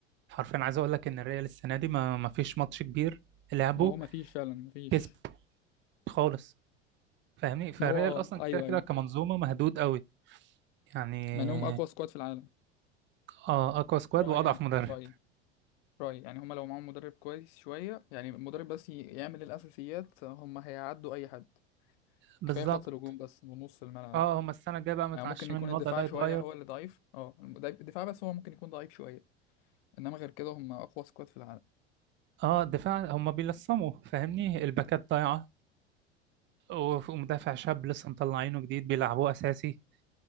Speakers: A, on the right; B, on the left.
A: حرفيا عايز اقول لك ان الريال السنه دي ما ما فيش ماتش كبير لعبه
B: ما هو ما فيش فعلا ما فيش
A: كسب خالص فاهمني فالريال
B: ما هو اه
A: اصلا
B: ايوه
A: كده كده
B: ايوه
A: كمنظومه مهدود قوي يعني
B: مع انهم اقوى سكواد في العالم
A: اه اقوى سكواد
B: في رايي
A: واضعف
B: انا
A: مدرب
B: في رايي في رايي يعني هم لو معاهم مدرب كويس شويه يعني المدرب بس ي- يعمل الاساسيات آه، هم هيعدوا اي حد
A: بالظبط
B: كفايه خط الهجوم بس ونص الملعب
A: اه هما السنة الجاية بقى متعشمين
B: يعني ممكن يكون
A: الوضع
B: الدفاع
A: ده يتغير
B: شويه هو اللي ضعيف اه الدفاع بس هو ممكن يكون ضعيف شويه انما غير كده هم اقوى سكواد في العالم
A: اه الدفاع هما بيلصموا فاهمني الباكات ضايعة وف- ومدافع شاب لسه مطلعينه جديد بيلعبوه أساسي